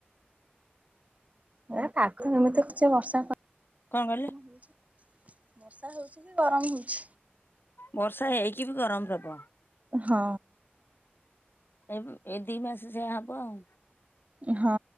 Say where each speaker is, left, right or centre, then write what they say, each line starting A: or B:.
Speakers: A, on the right; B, on the left.
A: ନା ପାଖ ମାନେ ତ କିଛି ବର୍ଷା ଫ <inaudible>
B: କଣ କହିଲେ
A: ବର୍ଷା ହଉଛି ବି ଗରମ ହଉଛି।
B: ବର୍ଷା ହେଇକି ବି ଗରମ ପ୍ରବଳ।
A: ହଁ।
B: ଏ ଉଁ, ଏ ଦି ମାସ ସେୟା ହବ ଆଉ।
A: ଏ ହଁ